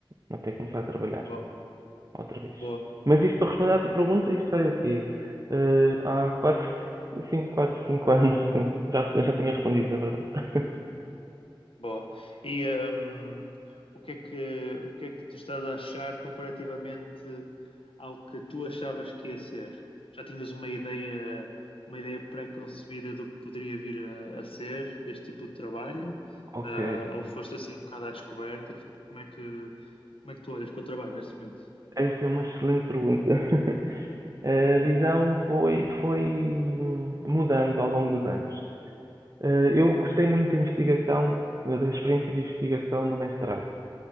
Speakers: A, on the right; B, on the left.
A: até começar a trabalhar
B: Boa,
A: outra vez.
B: boa,
A: Mas isto para responder à tua pergunta, isto é o quê? Eh, há quatro, cinco, 4, 5 anos, <laughs> sim. Já, já tinha respondido, na verdade. <laughs>
B: boa. E hum, o que é que, o que é que tu estás a achar comparativamente ao que tu achavas que ia ser? Já tinhas uma ideia, uma ideia pré-concebida do que poderia vir a, a ser este tipo de trabalho?
A: Ok,
B: Ah, ou foste assim um bocado à descoberta? Tipo, Como é que, como é que tu olhas para o trabalho neste momento?
A: essa é uma excelente pergunta. <laughs> A visão foi, foi mudando ao longo dos anos. Eh, Eu gostei muito da investigação, eh, da experiência de investigação no mestrado.